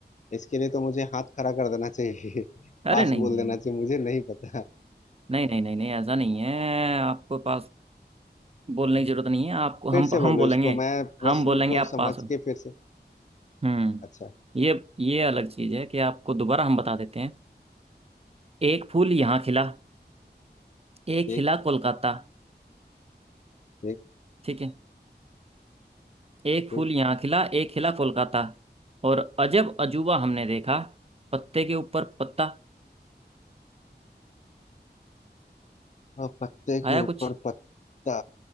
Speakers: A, on the left (about 45°); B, on the right (about 35°).
A: इसके लिए तो मुझे हाथ खड़ा कर देना चाहिए <laughs> पास
B: अरे नहीं
A: बोल
B: नहीं
A: देना चाहिए मुझे नहीं पता
B: नहीं नहीं नहीं नहीं नहीं ऐसा नहीं है आपको पास बोलने की जरूरत नहीं है आपको हम
A: फिर से बोलो
B: हम बोलेंगे
A: इसको मैं प्रश्न
B: हम बोलेंगे
A: को
B: आप
A: समझ
B: पास हो
A: के फिर से
B: हम्म
A: अच्छा
B: ये ये अलग चीज है कि आपको दोबारा हम बता देते हैं एक फूल यहाँ खिला एक
A: ठीक
B: खिला कोलकाता
A: ठीक
B: ठीक है एक फूल
A: ठीक
B: यहाँ खिला एक खिला कोलकाता और अजब अजूबा हमने देखा पत्ते के ऊपर पत्ता
A: और पत्ते के
B: आया
A: ऊपर
B: कुछ
A: पत्ता